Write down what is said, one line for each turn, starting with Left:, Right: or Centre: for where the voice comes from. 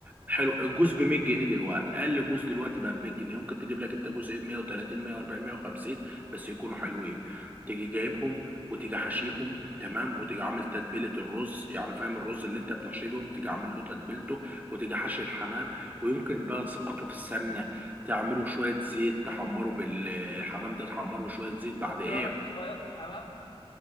Right: حلو الجوز ب 100 جنيه دلوقتي اقل جوز دلوقتي بقى ب 100 جنيه ممكن تجيب لك انت جوزين 130 140 150 بس يكونوا حلوين تيجي جايبهم وتيجي حشيهم تمام وتيجي عامل تتبيله الرز يعني فاهم الرز اللي انت بتحشيه بيهم تيجي عامل له تتبيلته وتيجي حاشي الحمام ويمكن بقى تسقطه في السمنه تعمله شويه زيت تحمره بالحمام ده تحمره بشويه زيت
Left: انت
Right: بعد
Left: بتعرف
Right: ايه
Left: تخيط الحمام